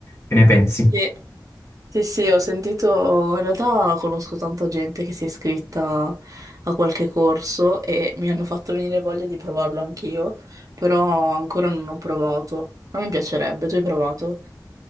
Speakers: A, on the left; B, on the right.
A: Che ne pensi?
B: Sì. Sì, sì, ho sentito, in realtà conosco tanta gente che si è iscritta a qualche corso e mi hanno fatto venire voglia di provarlo anch'io, però ancora non ho provato. Ma mi piacerebbe, tu hai provato?